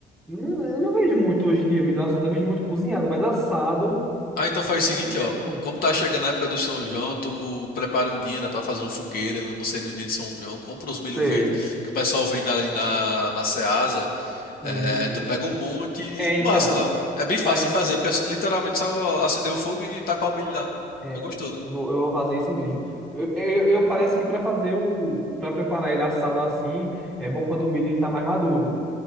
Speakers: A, in the centre; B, on the left.
A: Não- Eu não vejo muito hoje em dia milho assado, eu vejo muito cozinhado, mas assado
B: Ah, então faz o seguinte,
A: faz um tempinho.
B: ó. Como tá chegando a época do São João, tu prepara um dia, né, pra fazer uma fogueira, eu não sei, no dia de São João, compra os milho
A: Sei.
B: verde, que o pessoal vende ali na, na Ceasa,
A: Hum.
B: é, tu pega um monte e,
A: É,
B: e tu
A: então.
B: assa lá. É bem fácil
A: É,
B: de fazer, porque é só- literalmente só acender o fogo e tacar o milho lá.
A: é.
B: Bem gostoso.
A: Vou- eu vou fazer isso mesmo. Eu, eu, eu- parece que para fazer o. Para preparar ele assado assim, é bom quando o milho ele tá mais maduro.